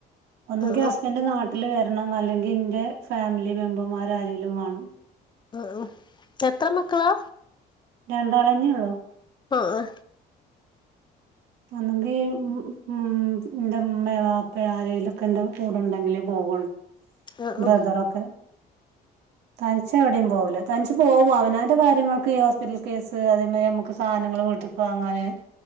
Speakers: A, on the right (about 85°); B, on the left (about 25°).
A: ഒന്നങ്കി
B: ആ
A: ഹസ്ബൻഡ്
B: ആ
A: നാട്ടിൽ വെര് ണം അല്ലെങ്കിൽ ഇന്റെ ഫാമിലി മെമ്പർമാരാരേലും വാണം
B: ആഹ് ഉം എത്ര മക്കളാ
A: രണ്ടാളന്നേ ഒള്ളൂ
B: അഹ് ആഹ്
A: ഒന്നെങ്കി ഉം ഇന്റെ ഇമ്മേ വാപ്പെ ആരേലൊക്കെണ്ടൊ കൂടെടെങ്കിലെ പോവൊള്ളു
B: ആ ആ
A: ബ്രദറൊക്കെ തനിച്ച് എവിടെം പോവലത് തനിച്ച് പോകും അവനാന്റെ കാര്യങ്ങൾക്ക് ഈ ഹോസ്പിറ്റൽ കേസ് അതേ മായ് രി നമക്ക് സാനങ്ങള് വീട്ട്ക്ക് വാങ്ങാന്